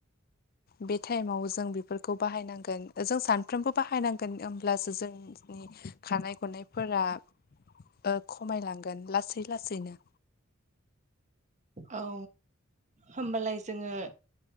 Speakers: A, on the left (about 45°); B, on the right (about 35°).
A: बे टाइमाव जों बेफोरखौ बाहायनांगोन जों सानफ्रोमबो बाहायनांगोन होमब्लासो जों नि खानाय गनायफोरा ओ खमायलांगोन लासै लासैनो।
B: औ होनबालाय जोङो